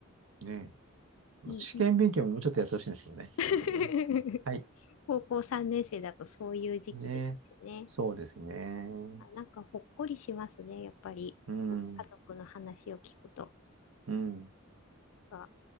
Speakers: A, on the right; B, on the left.
A: ね。
B: いい、
A: 試験勉強ももうちょっとやってほしいんですよね、
B: いい。<laughs>
A: 基本的にね。はい。
B: 高校3年生だとそういう時期ですしね。
A: ね。そうですね。
B: あ、なんかほっこりしますね、やっぱり。
A: うん。
B: 家族の話を聞くと
A: うん。
B: か、